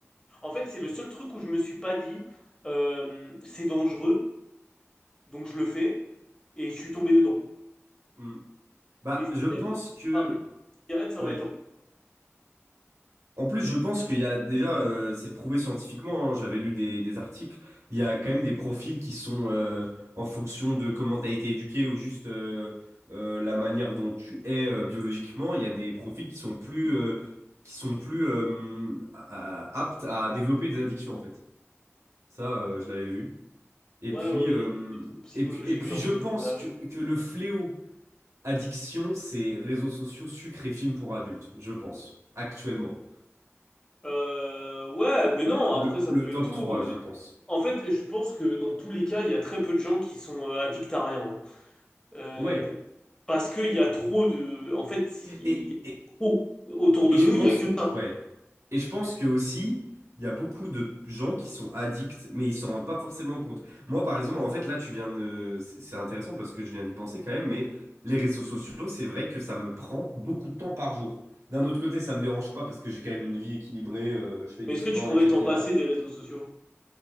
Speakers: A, on the left; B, on the right.
A: En fait, c'est le seul truc où je me suis pas dit, euh, c'est dangereux, donc je le fais, et je suis tombé dedans.
B: Mm. Bah,
A: Et si
B: je
A: j'avais
B: pense que.
A: arrêté la cigarette, ça
B: Ouais.
A: aurait été...
B: En plus, je pense qu'il y a déjà, euh, c'est prouvé scientifiquement, hein, j'avais lu des, des articles, il y a quand même des profils qui sont euh, en fonction de comment tu as été éduqué ou juste euh, euh, la manière dont tu es euh, biologiquement, il y a des profils qui sont plus, euh, qui sont plus euh, à- à- aptes à développer des addictions en fait. Ça, euh, je l'avais vu. Et
A: Ouais,
B: puis,
A: ouais,
B: euh,
A: il y a il y a des troubles psychologiques,
B: et puis, et puis,
A: genre
B: je
A: les
B: pense
A: TDAH
B: que,
A: et tout.
B: que le fléau addiction, c'est réseaux sociaux, sucre et films pour adultes, je pense, actuellement.
A: Euh, ouais, mais non,
B: Le,
A: après ça
B: le
A: peut
B: top
A: être tout.
B: 3
A: euh.
B: je pense.
A: En fait, je pense que dans tous les cas, il y a très peu de gens qui sont euh, addicts à rien. hein. Euh,
B: Ouais.
A: parce qu'il y a trop de... En fait, si- il
B: Et,
A: y a
B: et,
A: trop. Autour
B: et
A: de
B: je
A: nous,
B: pense,
A: il y a que ça.
B: ouais. Et je pense que aussi, il y a beaucoup de gens qui sont addicts, mais ils s'en rendent pas forcément compte. Moi, par exemple, en fait, là, tu viens de... C'est c'est intéressant parce que je viens d'y penser quand même, mais les réseaux sociaux, c'est vrai que ça me prend beaucoup de temps par jour. D'un autre côté, ça me dérange pas parce que j'ai quand même une vie équilibrée, euh, je fais
A: Mais
B: du
A: est-ce
B: sport,
A: que tu pourrais
B: etc.
A: t'en passer des réseaux sociaux?